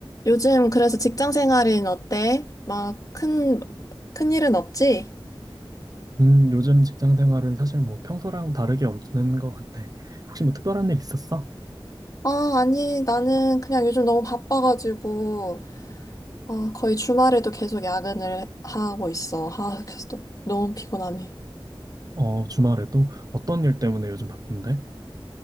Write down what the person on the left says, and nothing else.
요즘 그래서 직장 생활은 어때? 막 큰, 큰 일은 없지?
아, 아니, 나는 그냥 요즘 너무 바빠가지고, 아, 거의 주말에도 계속 야근을 하고 있어. 아, 그래서 또 너무 피곤하네.